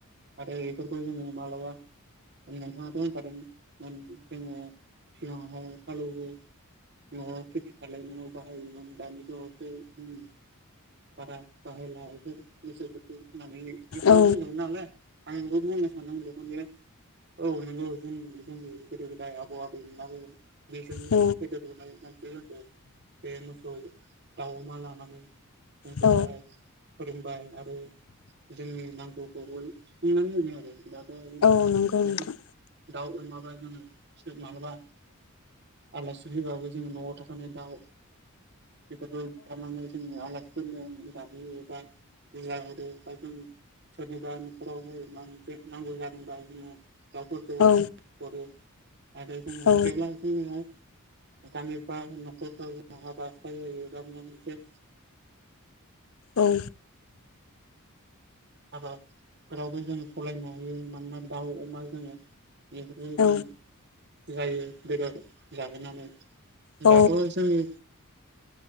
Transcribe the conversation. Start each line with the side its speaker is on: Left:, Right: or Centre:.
Right: आरो इफोरखौ जोंङो मालाबा नोंथाङाथ' होनखादों मोन जोङो सिगाङावहाय हालौवो न'आव खेथि खालायनायाव बाहायोमोन दानि बावैसो जोंनि बारा बाहायला इफोर बुस्थुफोरखो होन्नानै नोंथाङा
Left: औ
Right: बुंदोंमोन नालाय। आंबो बुंनो सान्दों बेखौनो जे औ नंगौ जों जोंनि गोदो गोदाय आबौ आबैमोनाबो। बेजोंनो
Left: औ
Right: फेदेरबोनाय मानसि जोंखो बे मोसौ, दाउ, अमा लानानै जोंखौहाय
Left: औ
Right: फोरोंबाय आरो जोंनि नांगौखौबो। खुंनानै होबोबाय आरो दाथ' जोंनि
Left: औ नंगौ नोंथां
Right: बेफोर दाउ होन माबा जोङो माब्लाबा आलासि फैबाबो जोङो न'आव थाखानाय दाउ बेफोरखौ बुथारनानै जोङो आलासिफोरनो जाहोयो एबा। गुला हरि बा जों सोरनिबा <unintelligible> नांगौ जादोंबा जोङो दाउफोरखौ
Left: औ
Right: हरो। आरो जोङो
Left: औ
Right: जेब्ला जोंङोहाइ गामिफोराव होन न'खरफोराव जोंहा हाबा हुखा जायोबा मोनसे
Left: औ
Right: हाबाफोरावबो जों सलायनो हायो मानोना दाउ अमा जोङो बेफोरखौ
Left: औ
Right: जों जायो बेदर जाहोनानै।
Left: औ
Right: दाथ' जोंनि